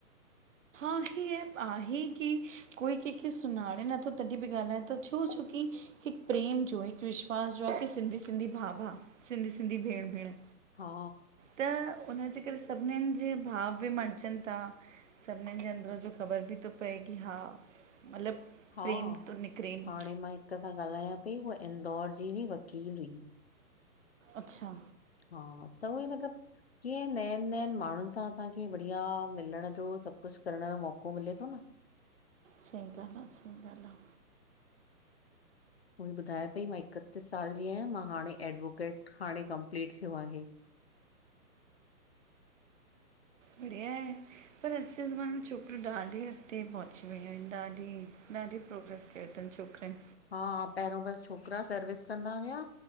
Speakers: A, on the right (about 50°); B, on the left (about 45°).
A: हा, हे ऐप आहे की कोई कंहिंखे सुञाणे नथो तॾहिं बि ॻाल्हाए थो छो छोकी। हिकु प्रेम जो हिकु विश्वास जो आहे की सिंधी सिंधी भाउ भाउ सिंधी सिंधी भेण भेण।
B: हा
A: त हुनजे करे सभिनीनि जे भाव बि मटजनि था सभिनीनि जे अंदर। जो ख़बर बि थो पए की हा मतिलबु।
B: हा
A: प्रेम थो निकिरेनि
B: हाणे मां हिकु सां ॻाल्हायां पई हूहा इंदौर जी हुई वकील हुई
A: अच्छा
B: हा त उहोई मतिलबु कीअं नएनि नएनि माण्हुनि सां असांखे बढ़िया मिलण जो सब कुझु करण जो मौको मिले थो न।
A: सईं ॻाल्ह आ, सई ॻाल्ह आ।
B: ओई ॿुधाए पई, मां इकतीस साल जी आहियां, मां हाणे एडवोकेट हाणे कंप्लीट थियो आहे।
A: बढ़िया आहे। पर अॼु जे ज़माने में छोकिरियूं ॾाढे अॻते पहुची वियूं आहिन, ॾाढी -ॾाढी। प्रोग्रेस कयो थन छोकिरियन।
B: हा पहिरियों बस छोकिरा सर्विस कंदा हुया!